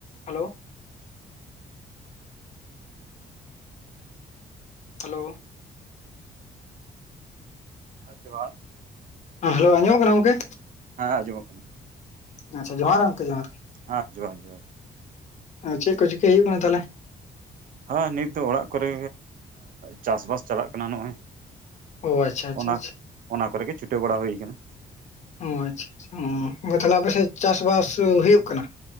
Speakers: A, on the left; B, on the right.
A: Hello hello
B: ᱡᱚᱦᱟᱨ
A: ᱦᱮᱸ hello ᱟᱡᱢᱚᱜ ᱠᱟᱱᱟ ᱜᱚᱝᱠᱮ
B: ᱦᱮᱸ ᱟᱡᱚᱢᱚᱜ ᱠᱟᱱᱟ
A: ᱟᱪᱪᱷᱟ ᱡᱚᱦᱟᱨ ᱜᱮ ᱜᱚᱝᱠᱮ ᱡᱚᱦᱟᱨ
B: ᱦᱮᱸ ᱡᱚᱦᱟᱨ ᱡᱚᱦᱟᱨ
A: ᱟᱨ ᱪᱮᱫ ᱠᱚ ᱪᱤᱠᱟᱹᱭ ᱦᱩᱭᱩᱜ ᱠᱟᱱᱟ ᱛᱟᱦᱚᱞᱮ
B: ᱦᱮᱸ ᱱᱤᱛ ᱫᱚ ᱚᱲᱟᱜ ᱠᱚᱨᱮ ᱪᱟᱥ ᱵᱟᱥ ᱪᱟᱞᱟᱜ ᱠᱟᱱᱟ ᱱᱚᱜᱼᱚᱭ
A: ᱚ ᱟᱪᱷᱟ ᱟᱪᱷᱟ
B: ᱚᱱᱟ ᱚᱱᱟ ᱠᱚᱨᱮ ᱜᱮ ᱪᱷᱩᱴᱟᱹᱣ ᱵᱟᱲᱟ ᱦᱩᱭ ᱠᱟᱱᱟ
A: ᱚ ᱟᱪᱪᱷᱟ ᱟᱪᱪᱷᱟ ᱛᱟᱦᱚᱞᱮ ᱟᱯᱮᱥᱮᱫ ᱪᱟᱥᱵᱟᱥ ᱦᱩᱭᱩᱜ ᱠᱟᱱᱟ?